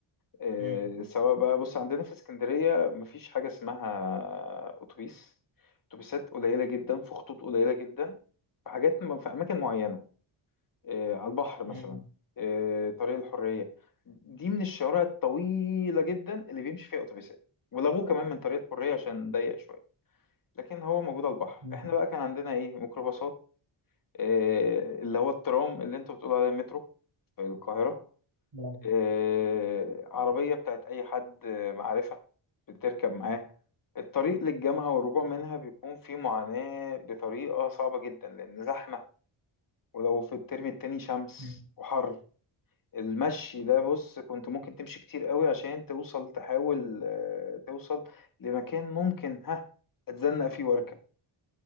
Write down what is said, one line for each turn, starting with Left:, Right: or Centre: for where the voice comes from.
Left: آه،
Right: مم،
Left: سواء بقى بص عندنا في اسكندرية مفيش حاجة اسمها أتوبيس أتوبيسات قليلة جدا في خطوط قليلة جدا في حاجات في أماكن معينة آه، على البحر مثلا
Right: مم،
Left: آه، طريق الحرية دي من الشوارع الطويلة جدا اللي بيمشي فيها أتوبيسات ولغوه كمان من طريق الحرية عشان ضيق شوية لكن هو موجود على البحر
Right: مم،
Left: احنا بقى كان عندنا ايه ميكروباصات آه، اللي هو الترام اللي انتوا بتقولوا عليه مترو في القاهرة
Right: مم،
Left: آه، عربية بتاعت أي حد آه، معرفة بتركب معاه الطريق للجامعة والرجوع منها بيكون فيه معاناة بطريقة صعبة جدا لأن زحمة ولو في الترم التاني شمس
Right: مم.
Left: وحر المشي ده بص كنت ممكن تمشي كتير قوي عشان توصل تحاول آه، توصل لمكان ممكن ها اتزنق فيه واركب